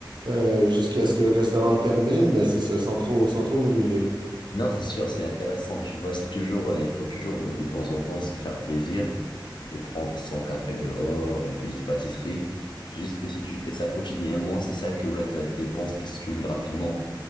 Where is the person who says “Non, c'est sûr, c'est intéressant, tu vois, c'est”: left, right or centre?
Left